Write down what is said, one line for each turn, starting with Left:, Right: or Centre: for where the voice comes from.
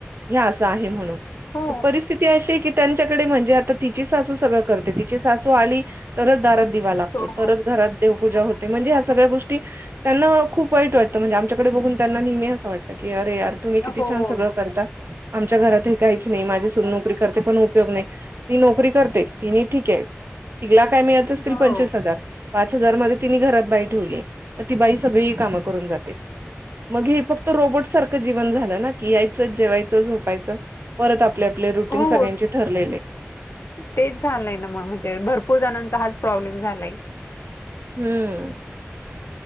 Right: हे असं आहे म्हणून,
Left: हो.
Right: तर परिस्थिती अशी की त्यांच्याकडे म्हणजे आता तिची सासू सगळं करते तिची सासू आली तरच दारात दिवा लागतो,
Left: हो,
Right: तरच
Left: हो.
Right: घरात देवपूजा होते म्हणजे ह्या सगळ्या गोष्टी त्यांना खूप वाईट वाटतं म्हणजे आमच्याकडे बघून त्यांना नेहमी असं वाटतं की अरे यार, तुम्ही किती
Left: हो.
Right: छान सगळं करता आमच्या घरात हे काहीच नाही माझी सून नोकरी करते पण उपयोग नाही. ती नोकरी करते तिने ठीक आहे तिला काय मिळत असतील
Left: हो.
Right: पंचवीस हजार पाच हजार मध्ये तिने घरात बाई ठेवली मग ती बाई सगळी कामं करून जाते. मग हे फक्त रोबोट सारखं जीवन झालं ना, की यायचं जेवायचं, झोपायचं, परत आपले आपले रूटीन
Left: हो.
Right: सगळ्यांचे ठरलेले.
Left: तेच झालंय ना मग म्हणजे भरपूर जणांचा हाच प्रॉब्लेम झालाय.
Right: हम्म